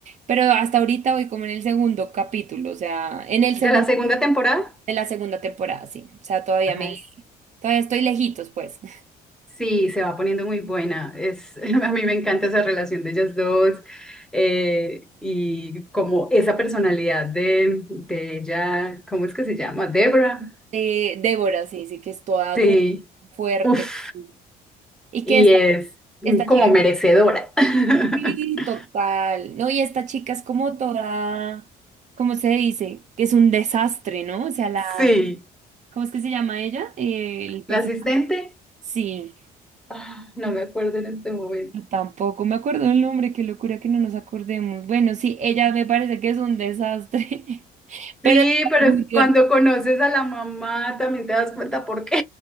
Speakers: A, on the right; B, in the centre.
A: Pero hasta ahorita voy como en el segundo capítulo, o sea, en el segundo
B: ¿De la segunda temporada?
A: de la segunda temporada, sí. O sea, todavía
B: Ajá,
A: me,
B: es-
A: todavía estoy lejitos, pues. <laughs>
B: Sí, se va poniendo muy buena. Es, <laughs> a mí me encanta esa relación de ellas dos eh, y como esa personalidad de, de ella, ¿cómo es que se llama? Debra.
A: De Débora, sí, sí, que es toda
B: Sí,
A: dura, fuerte.
B: uff,
A: sí. Y
B: y
A: que esta,
B: es
A: esta chica
B: como merecedora. <laughs>
A: Sí, total. No, y esta chica es como toda, ¿cómo se dice? Que es un desastre, ¿no? O sea, la,
B: Sí,
A: ¿cómo es que se llama ella? Eh, el personaje.
B: la asistente,
A: Sí,
B: ah, no me acuerdo en este momento.
A: yo tampoco me acuerdo el nombre, qué locura que no nos acordemos. Bueno, sí, ella me parece que es un desastre, <laughs> pero
B: Sí,
A: es
B: pero
A: muy divertido.
B: cuando conoces a la mamá también te das cuenta por qué.